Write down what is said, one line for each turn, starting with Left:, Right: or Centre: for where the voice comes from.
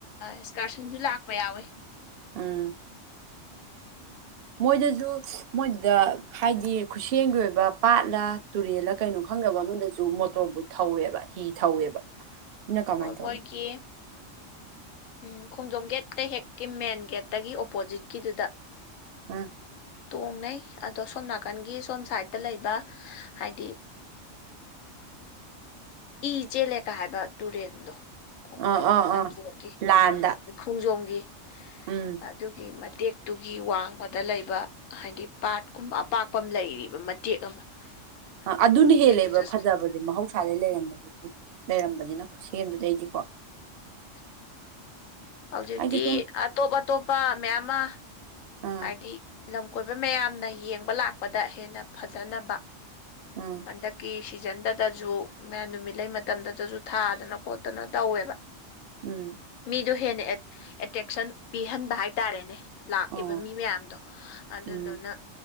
Left: ꯏꯁꯀꯥꯔꯁꯟꯁꯨ ꯂꯥꯛꯄ ꯌꯥꯎꯋꯤ
Right: ꯎꯝ ꯃꯣꯏꯗꯁꯨ ꯃꯣꯏꯗꯨꯗ ꯍꯥꯏꯗꯤ ꯈꯨꯠꯁꯦꯝꯒꯤ ꯑꯣꯏꯕ ꯄꯥꯠꯂ ꯇꯨꯔꯦꯜꯂ ꯀꯩꯅꯣ ꯈꯪꯗꯕ ꯑꯃꯗꯁꯨ ꯃꯣꯇꯣꯔꯕꯨꯠ ꯊꯧꯋꯦꯕ ꯍꯤ ꯊꯧꯋꯦꯕ ꯅ ꯀꯃꯥꯏꯅ
Left: ꯄꯣꯏꯒꯦ
Right: ꯇꯧꯕ
Left: ꯎꯝ ꯈꯣꯡꯖꯣꯝ ꯒꯦꯠꯠꯇ ꯍꯦꯛꯀꯤ ꯃꯦꯟ ꯒꯦꯠꯇꯒꯤ ꯑꯣꯄꯣꯖꯤꯠꯀꯤꯗꯨꯗ
Right: ꯑꯥ
Left: ꯇꯣꯡꯅꯩ ꯑꯗꯣ ꯁꯣꯝ ꯅꯥꯀꯟꯒꯤ ꯁꯣꯝ ꯁꯥꯏꯠꯇ ꯂꯩꯕ ꯍꯥꯏꯗꯤ ꯏ ꯆꯦꯜꯂꯀ ꯍꯥꯏꯕ ꯇꯨꯔꯦꯟꯗꯣ
Right: ꯑꯥ
Left: ꯀꯩꯅꯣꯒꯤ
Right: ꯑꯥ
Left: ꯑꯟꯗ꯭ꯔꯣꯒꯤ
Right: ꯑꯥ ꯂꯥꯟꯗ
Left: ꯈꯣꯡꯖꯣꯝꯒꯤ
Right: ꯎꯝ
Left: ꯑꯗꯨꯒꯤ ꯃꯇꯦꯛꯇꯨꯒꯤ ꯋꯥꯡꯃꯗ ꯂꯩꯕ ꯍꯥꯏꯗꯤ ꯄꯥꯠꯀꯨꯝꯕ ꯑꯄꯥꯛꯄ ꯑꯃ ꯂꯩꯔꯤꯕ ꯃꯇꯦꯛ ꯑꯃ ꯑꯗꯨ
Right: ꯑꯗꯨꯅ
Left: ꯃꯇꯦꯛꯇꯨꯗꯁꯨ
Right: ꯍꯦꯜꯂꯦꯕ ꯐꯖꯕ ꯑꯗꯩ ꯃꯍꯧꯁꯥꯗꯒꯤꯩ ꯂꯩꯔꯝꯕꯕꯁꯤ ꯂꯩꯔꯝꯝꯕꯕꯁꯤꯅ ꯈꯨꯠꯁꯦꯝꯗꯨ ꯂꯩꯗꯤꯀꯣ
Left: <unintelligible> ꯍꯧꯖꯤꯛꯇꯤ
Right: ꯑꯩꯁꯦ ꯁꯨꯝ
Left: ꯑꯇꯣꯞ ꯑꯇꯣꯞꯄ ꯃꯌꯥꯝ ꯑꯃ
Right: ꯑꯥ
Left: ꯍꯥꯏꯗꯤ ꯂꯝ ꯀꯣꯏꯕ ꯃꯌꯥꯝꯅ ꯌꯦꯡꯕ ꯂꯥꯛꯄꯗ ꯍꯦꯟꯅ ꯐꯖꯅꯕ
Right: ꯎꯝ
Left: ꯍꯟꯗꯛꯀꯤ ꯁꯤꯖꯟꯗꯗꯁꯨ ꯃ ꯅꯨꯃꯤꯠ ꯂꯩ ꯃꯇꯝꯗꯇꯁꯨ ꯊꯥꯗꯅ ꯈꯣꯠꯇꯅ ꯇꯧꯋꯦꯕ
Right: ꯎꯝ
Left: ꯑꯗꯨ ꯍꯦꯟꯅ ꯑꯦꯇ꯭ꯔꯦꯛꯁꯟ ꯄꯤꯍꯟꯕ ꯍꯥꯏꯇꯥꯔꯦꯅꯦ ꯂꯥꯛꯏꯦꯕ
Right: ꯑꯣ
Left: ꯃꯤ ꯃꯌꯥꯝꯗꯣ ꯑꯗꯨꯗꯨꯅ
Right: ꯎꯝ